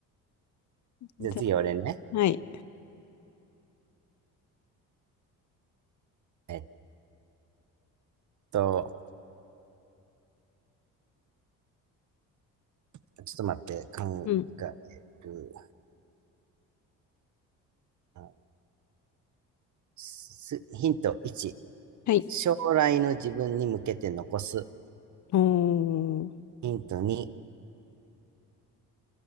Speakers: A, on the left; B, on the right.
A: じゃあ、
B: じゃあ次俺ね。
A: はい。
B: えっと、ちょっと待って、考
A: うん。
B: える。あすヒント1。
A: はい。
B: 将来の自分に向けて残す。
A: おー。
B: ヒント2、